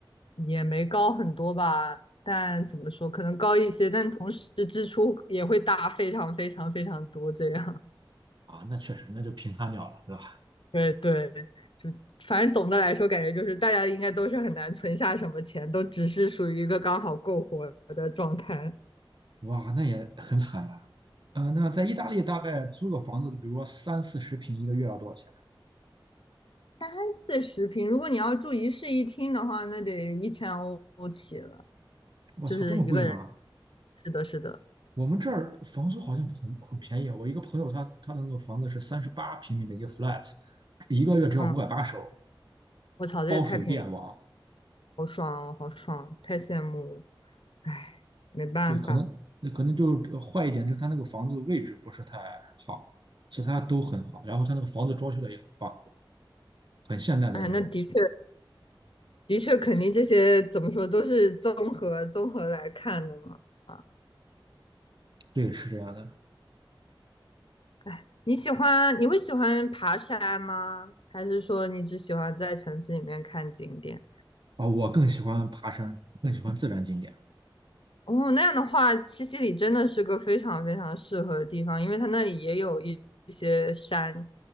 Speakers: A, on the left (about 75°); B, on the right (about 60°).
A: 也没高很多吧，但怎么说，可能高一些，但同时支出也会大非常非常非常多这样。
B: 啊，那确实，那就平摊掉了，对吧？
A: <laughs> 对对，就反正总的来说，感觉就是大家应该都是很难存下什么钱，都只是属于一个刚好够活的状态。
B: 哇，那也很惨呀、嗯、那在意大利大概租个房子，比如说三四十平，一个月要多少钱？
A: 三四十平，如果你要住一室一厅的话，那得一千欧起了，
B: 我操，
A: 就是一个人。
B: 这么贵吗？
A: 是的，是的，
B: 我们这儿房租好像很很便宜啊，我一个朋友他他的那个房子是三十八平米的一个 flat，一个月只要五百八十欧，
A: 嗯，我操，这也太便宜了，
B: 包水电网。
A: 好爽哦，好爽，太羡慕了，唉，没办法。
B: 对，可能那可能就呃坏一点，就是他那个房子位置不是太好，其他都很好。然后他那个房子装修的也很棒，很现代的那种。
A: 哎，那的确，的确，肯定这些怎么说都是综合综合来看的嘛。啊，
B: 对，是这样的。
A: 哎，你喜欢，你会喜欢爬山吗？还是说你只喜欢在城市里面看景点？
B: 啊、我更喜欢爬山，更喜欢自然景点。
A: 哦，那样的话，西西里真的是个非常非常适合的地方，因为它那里也有一一些山，